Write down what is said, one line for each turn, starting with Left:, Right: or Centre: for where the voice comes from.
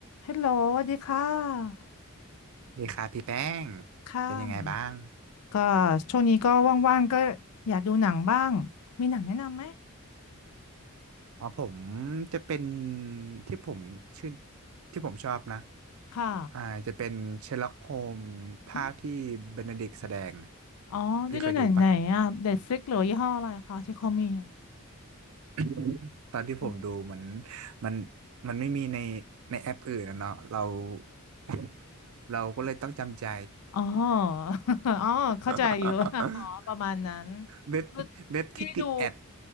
Left: ฮัลโหลสวัสดีค่ะ
Right: ดีครับพี่แป้ง
Left: ค่ะ
Right: เป็นยังไงบ้าง
Left: ก็ช่วงนี้ก็ว่างๆก็อยากดูหนังบ้างมีหนังแนะนำไหม
Right: อ๋อผมจะเป็นที่ผมชื่อที่ผมชอบนะ
Left: ค่ะ
Right: อ่าจะเป็นเชอร์ล็อกโฮมภาคที่เบนเดดิกต์แสดงน่ะ
Left: อมอ๋อได้ดูหนังไหนอ่ะ
Right: พี่เคยดูปะ
Left: Netflix หรือยี่ห้ออะไรคะที่เขามีอะ
Right: <coughs> <laughs> ตอนที่ผมดูเหมือน
Left: อืม
Right: มันมันไม่มีในในแอปอื่นนะเนาะเรา <coughs> <laughs> เราก็เลยต้องจำใจ
Left: อ๋อ <laughs> อ๋อเข้าใจอยู่
Right: <laughs>
Left: <laughs> อ๋อประมาณนั้น
Right: เว็บเว็บที่ติดแอด
Left: คือพี่ดู